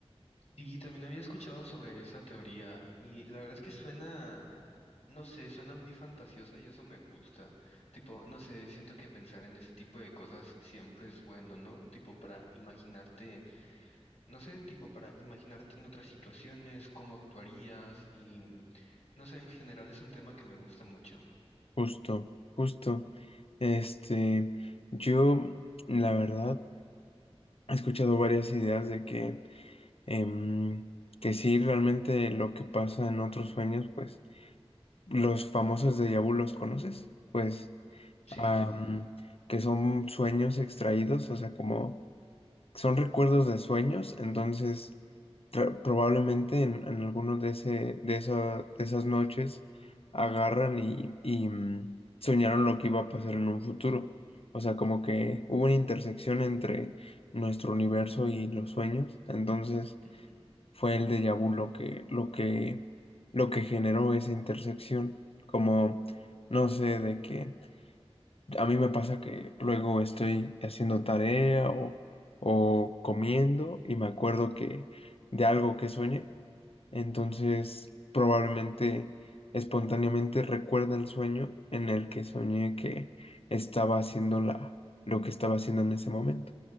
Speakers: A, on the left; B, on the left.
A: Sí, también había escuchado sobre esa teoría y la verdad es que suena, no sé, suena muy fantasiosa y eso me gusta. Tipo, no sé, siento que pensar en ese tipo de cosas siempre es bueno, ¿no? Tipo para imaginarte, no sé, tipo para imaginarte en otras situaciones, cómo actuarías y, no sé, en general es un tema que me gusta mucho.
B: Justo, justo. Este, yo, la verdad, he escuchado varias ideas de que em, que sí, realmente lo que pasa en otros sueños, pues los famosos de vu los conoces, pues
A: Sí.
B: am, que son sueños extraídos, o sea, como son recuerdos de sueños, entonces tra- probablemente en, en alguno de, ese, de, esa- de esas noches agarran y, y mm, soñaron lo que iba a pasar en un futuro. O sea, como que hubo una intersección entre nuestro universo y los sueños. Entonces,
A: Ujú.
B: fue el déjà vu lo que, lo que, lo que generó esa intersección. Como, no sé, de que a mí me pasa que luego estoy haciendo tarea o, o comiendo y me acuerdo que de algo que soñé, entonces probablemente espontáneamente recuerda el sueño en el que soñé que estaba haciendo la, lo que estaba haciendo en ese momento.